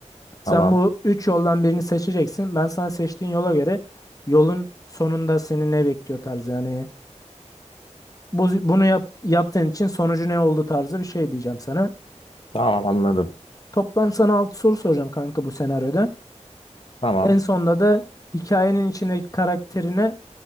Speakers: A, on the left; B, on the left.
A: Sen
B: Tamam.
A: bu 3 yoldan birini seçeceksin. Ben sana seçtiğin yola göre yolun sonunda seni ne bekliyor tarzı yani. Bu, bunu yap, yaptığın için sonucu ne oldu tarzı bir şey diyeceğim sana.
B: Tamam anladım.
A: Toplam sana 6 soru soracağım kanka bu senaryoda.
B: Tamam.
A: En sonunda da hikayenin içindeki karakterine